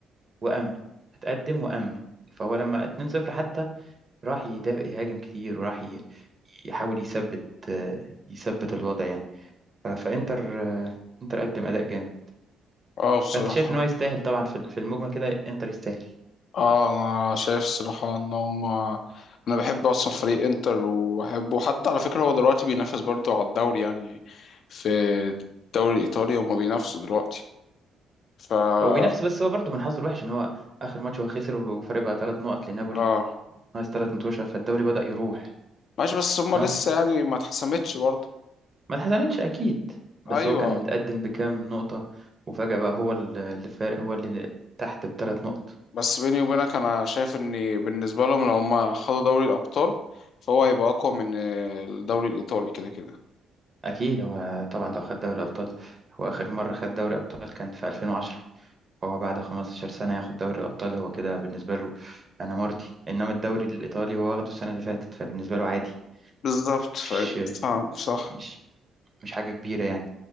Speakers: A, on the right; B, on the left.
A: وامن اتقدم وامن فهو لما 2-0 حتى راح يدافع يهاجم كتير وراح ي- يحاول يثبت آه يثبت الوضع يعني ف- فانتر آه انتر قدم اداء جامد
B: اه بصراحة
A: فانت شايف ان هو يستاهل طبعا في في المجمل كده انتر يستاهل
B: اه انا شايف الصراحة ان هم انا بحب اصلا فريق انتر وبحبه حتى على فكرة هو دلوقتي بينافس برضه على الدوري يعني في الدوري الايطالي هم بينافسوا دلوقتي فا
A: هو بينافس بس هو برضه من حظه الوحش ان هو اخر ماتش هو خسر وفرق بقى ثلاث نقط لنابولي
B: اه
A: ناقص ثلاث متوشه فالدوري بدأ يروح
B: ماشي بس هم
A: يعني
B: لسه
A: هو
B: يعني ما اتحسمتش برضه
A: ما اتحسمتش اكيد بس
B: ايوه
A: هو كان متقدم بكام نقطه وفجأة بقى هو ال- اللي فارق هو اللي تحت بثلاث نقط
B: بس بيني وبينك انا شايف ان بالنسبه لهم لو هم خدوا دوري الابطال فهو هيبقى اقوى من الدوري الايطالي كده كده
A: اكيد هو طبعا لو خد دوري الابطال هو اخر مره خد دوري الابطال كان في 2010 فهو بعد 15 سنه ياخد دوري الابطال هو كده بالنسبه له انا مرضي انما الدوري الايطالي هو واخده السنه اللي فاتت فبالنسبه له عادي
B: بالظبط فاهم
A: مش
B: فاهم صح
A: مش مش حاجه كبيره يعني